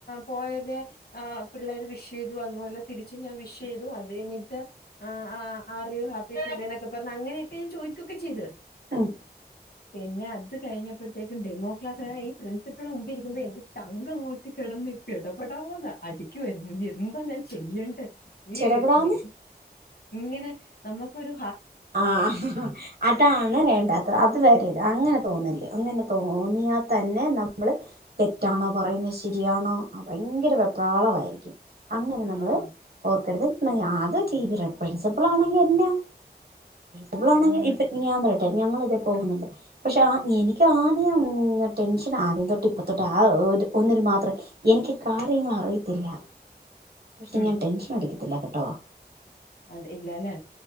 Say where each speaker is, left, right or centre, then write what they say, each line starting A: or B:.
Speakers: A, on the left (about 65°); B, on the right (about 65°).
A: പോയത് ആഹ് പിള്ളേര് വിഷ് ചെയ്തു അത് പോലെ തിരിച്ചു ഞാൻ വിഷ് ചെയ്തു അത് കഴിഞ്ഞിട്ട് ആ ആ ആർ യു ഹാപ്പി ടുഡേ ന്നൊക്കെ പറഞ്ഞ് അങ്ങനെയൊക്കെ ഞാന് ചോയ്ക്കൊക്കെ ചെയ്തു
B: ആഹ്
A: പിന്നേ അത് കഴിഞ്ഞപ്പത്തേക്കും ഡെമോ ക്ലാസുകാരെ ഈ പ്രിൻസിപ്പൾന്റെ മുമ്പിൽ ഇരിക്കുമ്പോ എനിക്ക് ചങ്ക് അങ്ങോട്ട് കിടന്നിട്ട് പട പടാന്ന് അടിക്കുവാരുന്നു എന്താ ഞാന് ചെയ്യേണ്ട്
B: ചെടപെടാന്ന്
A: <unintelligible> ഇങ്ങനെ നമ്മക്കൊ-രു
B: ആ ഹ ഹ അതാണ്‌ വേണ്ടാത്ത അത് വെരര്ത് അങ്ങനെ തോന്നല്ല് അങ്ങനെ തോന്നിയാതന്നെ നമ് മള് തെറ്റ പയ്ന്നശര്യാണൊ പയ്ങ്കര വെപ്രാളവായിരിക്കും അങ്ങനെ
A: ആഹ്
B: നമ്മള് ഓർക്കര്ത്
A: തോന്നുന്നു
B: <unintelligible> പ്രിൻസിപ്പളാണെങ്കി വര്ന്നേ ഇവളാണെങ്കിൽ
A: ആഹ്
B: ഇപ്പ ഞാൻ പറയട്ടെ ഞങ്ങളിതേ പോകുന്നുണ്ട്,
A: ആഹ്
B: പക്ഷെ ആ എനിക് ആ ഉം ടെൻഷൻ ആദ്യം തൊട്ട് ഇപ്പ തൊട്ട് ആ ഒരു ഒന്നിൽ മാത്രം എനിക്ക് കാര്യങ്ങൾ അറിയത്തില്ല. പക്ഷെ
A: ഉം
B: ഞാൻ ടെൻഷനടിക്കത്തില്ല. കേട്ടോ.
A: അത് ഇല്ല ല്ലേ.